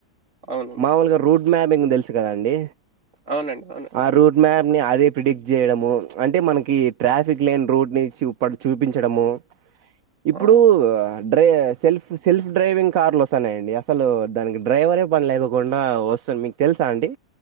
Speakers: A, on the right (about 45°); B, on the right (about 60°).
A: అవునండి
B: మాములుగా రోడ్ మ్యార్ణింగ్ తెల్స్ <unintelligible> కదా అండి
A: అవునండి అవునండి
B: ఆ రూట్ మేన్ ని ఆది ప్రిడిక్ట్ చేయడము అంటే మనకి ట్రాఫిక్ లైన్ రోడ్ ని చూపడ్ చూపించడము ఇప్పుడు
A: ఆ!
B: డ్రే సెల్ఫ్ సెల్ఫ్ డ్రైవింగ్ కార్లు వస్తాన్నాయండి అసలు దానికి డ్రైవరే పని లేకకుండా వస్తాన్ మీకు తెల్స్ సాండి